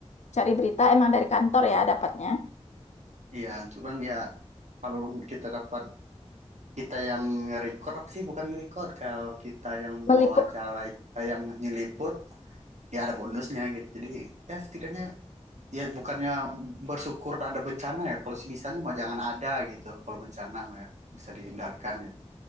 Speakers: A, on the left; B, on the right.
A: cari berita emang dari kantor ya dapatnya.
B: Iya, cuman ya kalau kita dapat kita yang nge-record apa sih bukan nge-record kalau kita yang
A: meliput
B: mewawancarai kita yang nyeliput ya ada bonusnya gitu jadi ya setidaknya ya bukannya bersyukur ada bencana ya kalau sebisanya mah jangan ada gitu kalau bencana mah ya, bisa dihindarkan ya